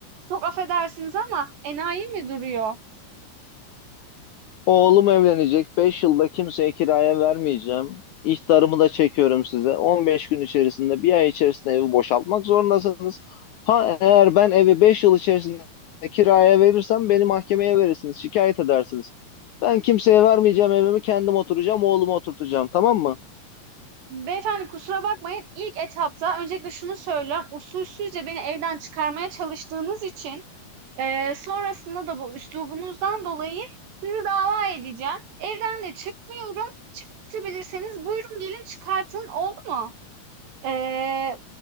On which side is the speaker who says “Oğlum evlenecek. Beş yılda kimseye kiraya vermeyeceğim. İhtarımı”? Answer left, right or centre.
Left